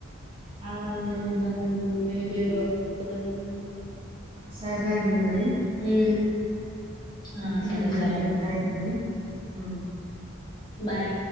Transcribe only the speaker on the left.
ఉమ్ ఆ
సరే సరే అండి
బాయ్